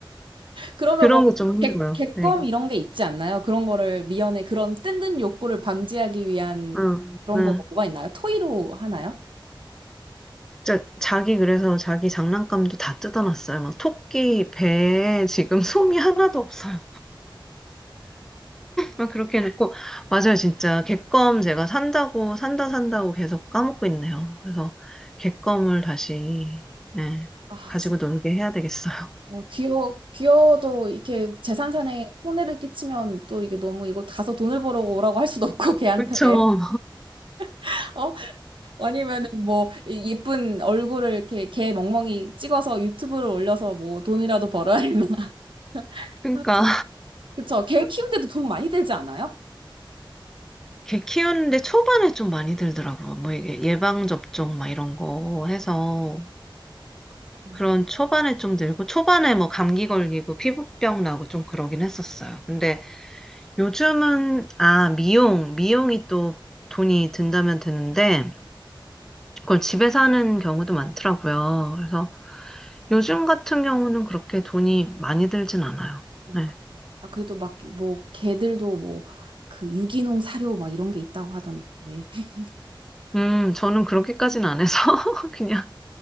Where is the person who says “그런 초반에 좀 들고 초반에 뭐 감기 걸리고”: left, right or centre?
Centre